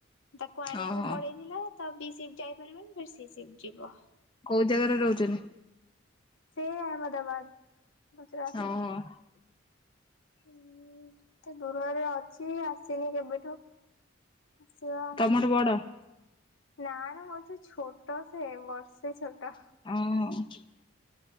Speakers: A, on the left; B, on the left.
A: ତାକୁ ଆଣିବାକୁ
B: ଓହୋ
A: ପଳେଇଥିଲେ ତ ବି ସିଫ୍ଟ୍ ଯାଇପାରିବନି ଫୁଣି ସି ସିଫ୍ଟ୍ ଯିବ।
B: କୋଉ ଜାଗାରେ ରହୁଚନ୍ତି?
A: ସେ ଅହମଦାବାଦ ଗୁଜୁରାଟ୍।
B: ହୁଁ।
A: ହୁଁ ଏତେ ଦୂରରେ ଅଛି ଆସିନି କେବେଠୁ ଆସିବ।
B: ତମଠୁ ବଡ଼।
A: ନାଁ ନାଁ ମ ସେ ଛୋଟ ସେ ବର୍ଷେ ଛୋଟ।
B: <unintelligible>